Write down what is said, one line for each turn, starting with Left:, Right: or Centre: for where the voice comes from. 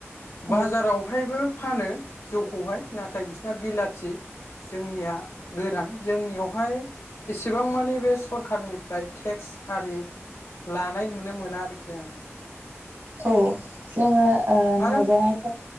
Right: औ
Left: बाजारावहायबो फानो जौखौहाय नाथाय बिसना बिलाथि जोंनिया गोरान जोंनियावहाय एसेबां मानि बे सरखारारनिफ्राय टेक्स आरि लानाय नुनो मोना आरोखि आङो।
Right: औ जोङो नाजानायख
Left: आरो